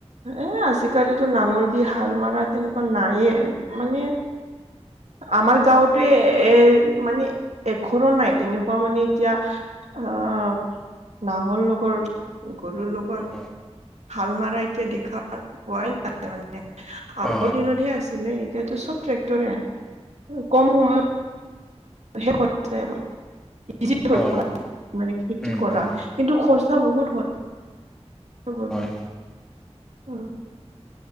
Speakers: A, on the right; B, in the centre.
A: এ আজিকালিতো নাঙল দি হাল মৰা তেনেকুৱা নায়ে। মানে। আমাৰ গাঁৱতে এৰ মানে এঘৰো নাই তেনেকুৱা মানে এতিয়া। আহ নাঙল লগৰ গৰুৰ লগত,
B: অ
A: হাল মৰা এতিয়া দেখা পোৱাই নাই মানে আগৰ
B: অ
A: দিনতহে আছিলে। এতিয়াতো চব ট্ৰেক্টৰে আৰু কম সময়ত শেষ হৈ যায় আৰু <unintelligible>
B: অ অ
A: হৈ মানে খেতি
B: উম
A: কৰা
B: উম
A: কিন্তু খৰচা বহুত হয়। বৰ
B: হয়
A: ভাল। অ,